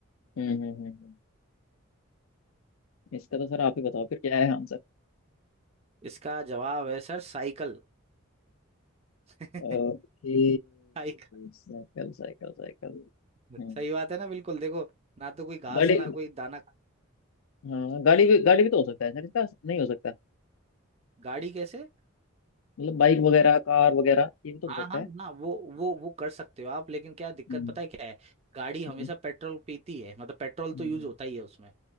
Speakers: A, on the left (about 80°); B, on the right (about 30°).
A: हम्म हम्म हम्म हम्म। इसका तो सर आप ही बताओ फिर क्या है answer
B: इसका जवाब है सर साइकिल <laughs>
A: Okay
B: साइकिल
A: Cycle cycle cycle
B: <laughs>
A: हम्म
B: सही बात है ना बिल्कुल देखो ना तो कोई घास
A: गाड़ी
B: ना कोई दाना खा-
A: हाँ गाड़ी भी गाड़ी भी तो हो सकता है सर इसका नहीं हो सकता
B: गाड़ी कैसे
A: मतलब बाइक वगैरह कार वगैरह ये भी तो
B: हाँ
A: हो सकता
B: हाँ
A: है
B: हाँ वो वो वो कर सकते हो आप लेकिन क्या दिक्कत
A: हम्म
B: पता है क्या है गाड़ी हमेशा
A: हम्म
B: पेट्रोल पीती है मतलब पेट्रोल तो
A: हम्म
B: यूज होता ही है उसमें